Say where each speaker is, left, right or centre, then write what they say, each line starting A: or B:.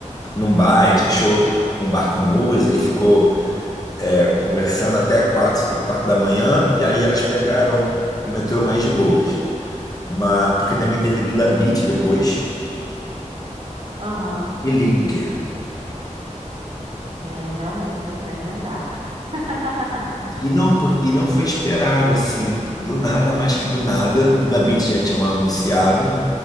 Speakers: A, on the left; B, on the right.
A: num bar. A gente achou um bar com música e ficou é, conversando até quatro, cinco, quatro da manhã. E aí elas pegaram o metrô mais de boas. Mas, porque também teve Duda Beat depois
B: Aham.
A: e Lineker.
B: É, realmente era pra emendar. <laughs>
A: E não, por- e não foi esperado, assim, do nada, mais que do nada. Duda Beat já tinham anunciado.